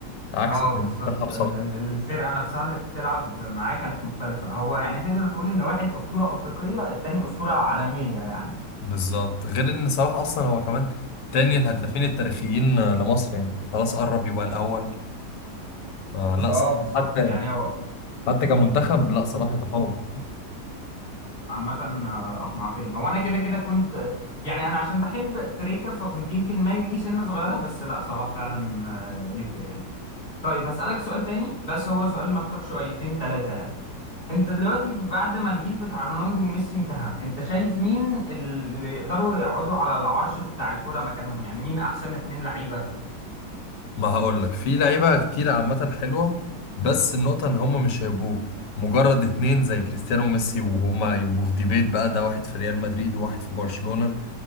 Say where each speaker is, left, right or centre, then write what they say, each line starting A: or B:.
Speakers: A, on the left; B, on the left.
A: عكس
B: اه بالظبط
A: منتخب صلاح
B: ال- ال- الفرقه نفسها اللي بتلعب معاه كانت مختلفه هو يعني تقدر تقول ان واحد اسطوره افريقيه التاني اسطوره عالميه يعني
A: بالظبط غير ان صلاح اصلا هو كمان تاني الهدافين التاريخيين لمصر يعني وخلاص قرب يبقى الاول فلا
B: اه
A: صلاح
B: بالظبط
A: حتى
B: يعني هو
A: حتى كمنتخب لا صلاح يتفوق
B: عامة آه، أقنعتني هو أنا كده كده كنت يعني أنا عشان بحب تريكة فكنت يمكن مايل ليه سنة صغيرة بس لا صلاح فعلا آه، يفرق يعني طيب هسألك سؤال تاني بس هو سؤال مفتوح شويتين تلاتة يعني أنت دلوقتي بعد ما الجيل بتاع رونالدو وميسي انتهى أنت شايف مين اللي يقدروا يقعدوا على العرش بتاع الكرة مكانهم يعني مين أحسن اتنين لعيبة
A: ما هقول لك في لعيبة كتير عامة حلوة بس النقطة ان هما مش هيبقوا مجرد اتنين زي كريستيانو وميسي وهما يبقوا في ديبيت بقى ده واحد في ريال مدريد وواحد في برشلونة